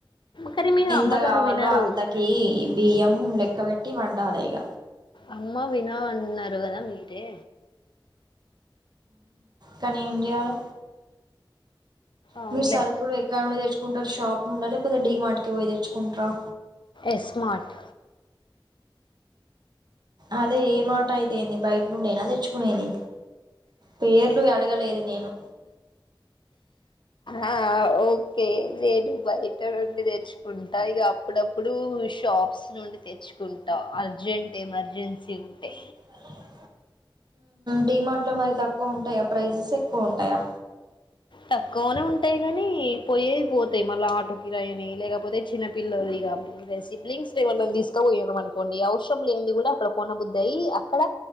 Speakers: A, on the left; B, on the right.
A: కానీ మీ
B: ఎంత
A: అమ్మగారు
B: కావాలో
A: వినరు
B: అంతకి బియ్యం లెక్క పెట్టి వండాలి ఇక
A: అమ్మా వినా అన్నారు కదా మీరే
B: కానీ ఏం జేయలే
A: అవునులే
B: మీరు సరుకులు ఎక్కడ నుండి తెచ్చుకుంటారు షాప్ నుం లేకపోతే డి మార్ట్ కి పోయి తెచ్చుకుంటారా
A: ఎస్మార్ట్
B: అదే ఏ మార్ట్ అయితేంది బయట ను నేనా తెచ్చుకునేది పేర్లు అడగలేదు నేను
A: ఆ ఓకే లేను బయట నుండి తెచ్చ ఉంటాయి ఇక అప్పుడప్పుడు షాప్స్ నుండి తెచ్చుకుంటాం అర్జెంట్ ఎమర్జెన్సీ ఉంటే
B: అది డిమార్ట్ లో మరి తక్కువ ఉంటాయా ప్రైజెస్ ఎక్కువ ఉంటాయా
A: తక్కువనే ఉంటాయి కాగాని పోయేవి పోతాయి మళ్ళా ఆటో కిరాయని లేకపోతే చిన్న పిల్లలు ఇగా సిబ్లింగ్స్ ని మనం తీసుకపోయాం అనుకోండి అవసరం లే ఏది కూడా అక్కడ కొనబుద్ద్దయి అక్కడ